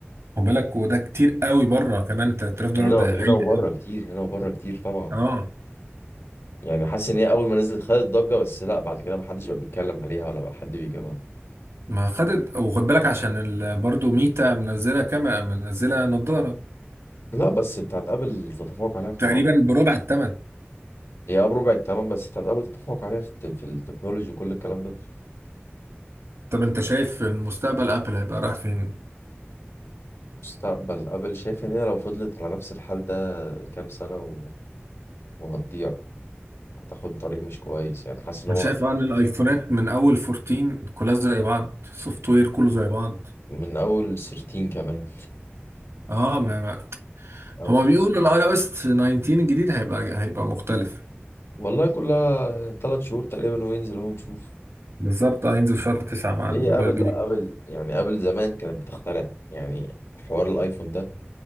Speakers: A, on the right; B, on the left.
A: خد بالك وده كتير قوي بره كمان 3000 دولار
B: هنا
A: ده
B: هنا
A: غالي
B: وبره
A: قوي
B: كتير هنا وبره كتير طبعا
A: اه
B: يعني حاسس ان هي اول ما نزلت خدت ضجه بس لا بعد كده ما حدش بقى بيتكلم عليها ولا بقى حد بيجيبها
A: ما خدت وخد بالك عشان ال... برضه ميتا منزله كاميرا منزله نظاره
B: لا بس بتاعت ابل تتفوق عليها في
A: تقريبا
B: مراحل
A: بربع الثمن
B: هي اه بربع الثمن بس بتاعت ابل تتفوق عليها في الت- في التكنولوجي وكل الكلام ده
A: طب انت شايف إن مستقبل ابل هيبقى رايح فين
B: مستقبل ابل شايف ان هي لو فضلت على نفس الحال ده كام سنه و... وهتضيع هتاخد طريق مش كويس يعني حاسس ان
A: مش
B: هو
A: شايف ان الايفونات من اول 14 كلها زي بعض سوفت وير كله زي بعض
B: من اول 13 كمان
A: اه ما, ما.
B: أو.
A: هما بيقولوا الاي او اس 19 الجديد هيبقى هيبقى مختلف
B: والله كلها ثلاث شهور تقريبا وينزل هو نشوف
A: بالظبط آه، هينزل في شهر 9 مع الموبايل
B: هي ابل
A: الجديد
B: لا ابل يعني ابل زمان كانت بتخترع يعني حوار الايفون ده